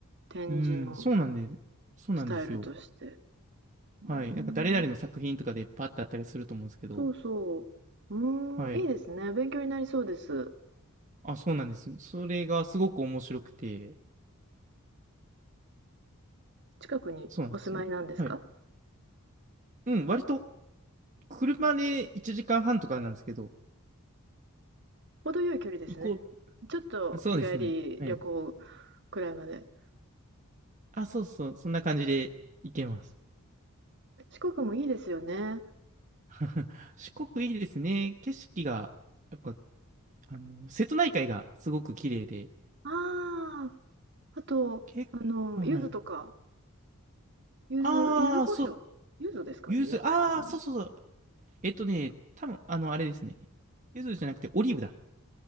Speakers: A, on the right; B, on the right.
A: 展示の
B: うん、そうなんで、そうなんですよ。
A: スタイルとして。うーん、
B: はい。なんか誰々の作品とかでパッとあったりすると思うんですけど、
A: そうそう。うーん、
B: はい。
A: いいですね、勉強になりそうです。
B: あ、そうなんですよ。それがすごく面白くて、
A: 近くにお住まいなんですか？
B: そうなんですよね。はい。うん、割と車で1時間半とかなんですけど、
A: 程よい距離ですね。
B: 行こ
A: ちょっと日帰り旅行
B: う。そうですね。はい。
A: くらいまで。
B: あ、そうそう、そんな感じで行けます。
A: 四国もいいですよね。
B: <laughs> 四国いいですね。景色が、やっぱ、あの、瀬戸内海がすごく綺麗で、
A: ああ、あと、
B: 結構、
A: あの、
B: はい。
A: 柚子とか、柚子柚子胡椒柚子ですかね、
B: ああ、そう、ゆず、
A: 有名なのに。
B: ああ、そうそうそう。えっとね、多分あの、あれですね。ゆずじゃなくて、オリーブだ。